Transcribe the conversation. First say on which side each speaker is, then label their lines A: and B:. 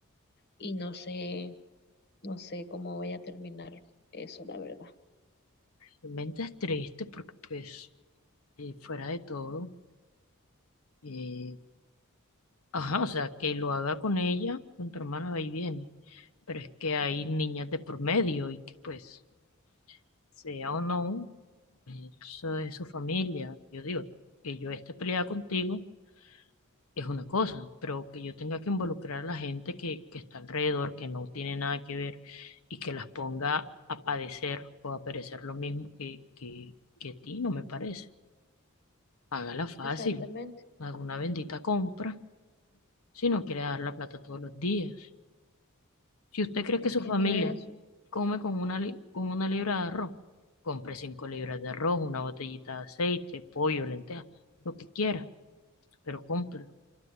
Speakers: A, on the left; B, on the left.
A: y no sé, no sé cómo voy a terminar eso, la verdad.
B: realmente es triste porque pues eh, fuera de todo, eh, ajá, o sea, que lo haga con ella, con tu hermana va y viene, pero es que hay niñas de por medio y que pues, sea o no, eso es su familia. Yo digo que yo esté peleada contigo es una cosa, pero que yo tenga que involucrar a la gente que, que está alrededor, que no tiene nada que ver y que las ponga a padecer o a perecer lo mismo que, que, que a ti, no me parece. Hágala fácil,
A: Exactamente,
B: haga una bendita compra si no quiere dar la plata todos los días. Si usted cree
A: es
B: que su
A: que
B: familia
A: ni eso.
B: come con una, li- con una libra de arroz, compre cinco libras de arroz, una botellita de aceite, pollo, lentejas, lo que quiera, pero compre.